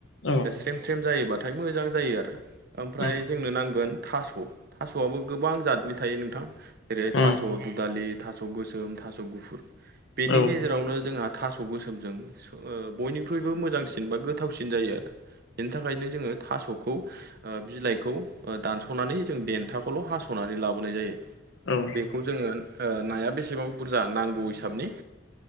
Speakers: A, on the left; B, on the right.
A: औ
B: स्रेम स्रेम जायोबाथाय मोजां जायो आरो ओमफ्राय
A: उम
B: जोंनो नांगोन थास' थास'आबो गोबां जातनि थायो नोंथां जेरैहाय
A: उम
B: थास' दुदालि थास' गोसोम थास' गुफुर बेनि
A: औ
B: गेजेरावनो जोंहा थास' गोसोमजों ओ बयनिख्रुइबो मोजांसिन बा गोथावसिन जायो आरो। बेनि थाखायनो जोङो थास'खौ ओ बिलाइखौ ओ दानस'नानै जों देन्थाखौल' हास'नानै लाबोनाय जायो।
A: औ
B: बेखौ जोङो ओ नाया बेसेबां बुरजा नांगौ हिसाबनि